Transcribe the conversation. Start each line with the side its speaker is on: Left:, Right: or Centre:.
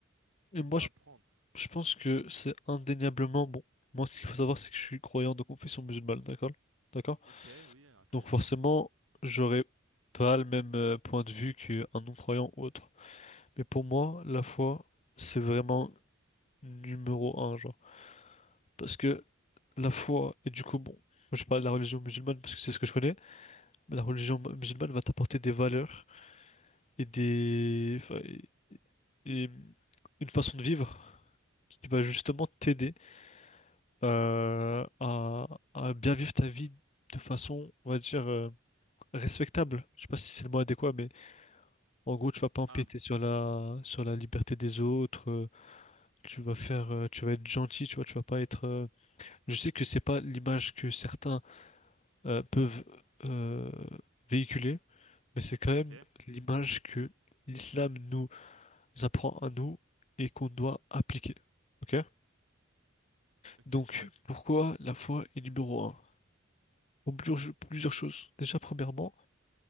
Right: qu'elle
Left: Et moi,
Right: doit
Left: je,
Right: prendre?
Left: je pense que c'est indéniablement bon. Moi, ce qu'il faut savoir, c'est que je suis croyant de confession musulmane, d'accord? D'accord?
Right: Ok, oui, intéressant.
Left: Donc, forcément, j'aurais pas le même euh, point de vue qu'un non-croyant ou autre. Mais pour moi, la foi, c'est vraiment numéro un, genre. Parce que la foi, et du coup, bon, moi, je parle de la religion musulmane parce que c'est ce que je connais, mais la religion mu- musulmane va t'apporter des valeurs et des. enfin, et et une façon de vivre qui va justement t'aider. euh, à, à bien vivre ta vie de façon, on va dire, euh, respectable. Je sais pas si c'est le mot adéquat, mais en gros, tu vas pas empiéter
Right: Ah,
Left: sur la, sur la liberté des autres. euh, tu vas faire, euh, tu vas être gentil, tu vois, tu vas pas être. euh, Je sais que c'est pas l'image que certains euh, peuvent euh, véhiculer, mais c'est quand
Right: ok,
Left: même l'image que l'islam nous apprend à nous et qu'on doit appliquer. Ok?
Right: ok,
Left: Donc,
Right: oui,
Left: pourquoi la foi est numéro un? pour plusieurs plusieurs choses. Déjà, premièrement,